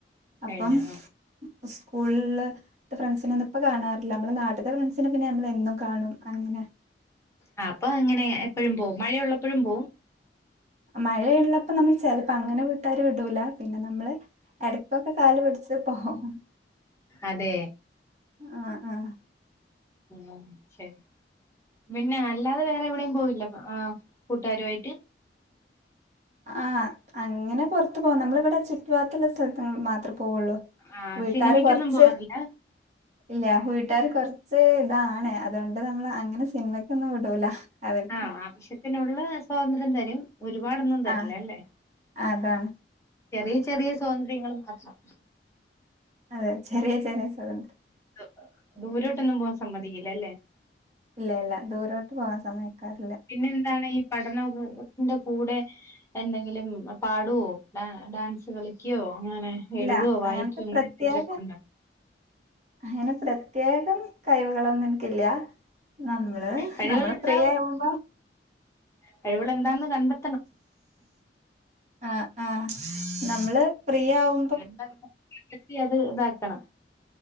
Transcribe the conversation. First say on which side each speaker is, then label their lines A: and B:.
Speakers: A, on the right; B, on the left.
A: അപ്പം
B: കഴിഞ്ഞു
A: മ്, സ്കൂൾള് തെ ഫ്രണ്ട്സിനൊന്നും ഇപ്പ കാണാറില്ല. അമ്മള് നാട്ട്ത്തെ ഫ്രണ്ട്സിന് പിന്നെ നമ്മള് എന്നും കാണും അങ്ങനെ
B: ആഹ്, അപ്പൊ അങ്ങനെ എപ്പഴും പോവും. മഴയുള്ളപ്പഴും പോവും?
A: മഴയുള്ളപ്പം നമ്മൾ ചെലപ്പൊ അങ്ങനെ വീട്ടാര് വിടൂല, പിന്നെ നമ്മള് എട ക്കൊക്കെ കാല് പിടിച്ച് പോവും.
B: അതെ.
A: ആഹ്, ആഹ്
B: ഉം, ശരി പിന്നെ അല്ലാതെ വേറെ എവിടെയും പോയില്ല ആഹ് കൂട്ടുകാരുവായിട്ട്.
A: ആഹ്, അങ്ങനെ പൊർത്തു പോകും നമ്മളവടെ ചുറ്റുവാത്തുള്ള സ്ഥലത്ത്ങ്ങൽ മാത് ത്ര പോവൊള്ളൂ
B: ആ
A: വീട്ടാര്
B: സിനിമയ്ക്കൊന്നും
A: കൊറച്ച്
B: പോവാറില്ല
A: ഇല്ല വീട്ടാര് കൊർച്ച് ഇതാണ് അതുകൊണ്ട് നമ്മള് അങ്ങനെ സിനിമക്കൊന്നും വിടൂല. അവർക്ക്
B: ആഹ്, ആവശ്യത്തിനുള്ള സ്വാതന്ത്ര്യം തരും. ഒരുപാടൊന്നും തരില്ലല്ലേ?
A: ആ അതാണ്
B: ചെറിയ ചെറിയ സ്വാതന്ത്ര്യങ്ങള് മാത്രം.
A: അതെ, ചെറിയ ചെറിയ സ്വാതന്ത്ര്യം.
B: <unintelligible> ദൂരോട്ടൊന്നും പോവാൻ സമ്മതിക്കില്ല അല്ലേ?
A: ഇല്ല ഇല്ല. ദൂരോട്ട് പോവാൻ സമ്മയ്ക്കാറില്ല.
B: പിന്നെ എന്താണ് ഈ പഠനോകോത്തിന്റെ കൂടെ എന്തെങ്കിലും പാടുവോ ഡാ ഡാൻസ് കളിക്ക്യോ അങ്ങനെ
A: ഇല്ല
B: എഴുതോ വായിക്കോ
A: അങ്ങനത്തെ
B: അങ്ങനെ
A: പ്രത്യേക
B: എന്തെങ്കിലും ഒക്കെണ്ടോ?
A: അങ്ങനെ പ്രത്യേകം കഴിവുകളൊന്നുംൻക്കില്ല്യ. നമ്മള്
B: കഴിവുകളുണ്ടാവും
A: നമ്മള് ഫ്രീ ആവുമ്പൊ
B: കഴിവ്കളെന്താന്ന് കണ്ടെ
A: ആഹ്, ആഹ് നമ്മള് ഫ്രീ ആവു
B: <unintelligible> കണ്ടെത്തി അത് താക്കണം.